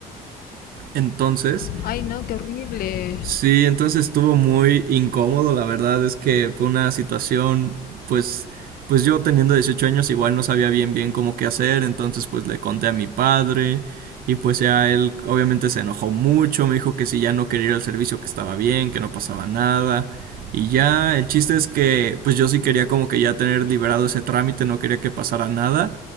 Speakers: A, on the right (about 60°); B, on the left (about 60°).
A: <laughs> Entonces,
B: Ay, no, qué horrible.
A: Sí, entonces estuvo muy incómodo, la verdad es que fue una situación, pues, pues yo teniendo 18 años igual no sabía bien bien cómo qué hacer, entonces pues le conté a mi padre y pues ya él obviamente se enojó mucho, me dijo que si ya no quería ir al servicio que estaba bien, que no pasaba nada y ya el chiste es que pues yo sí quería como que ya tener liberado ese trámite, no quería que pasara nada.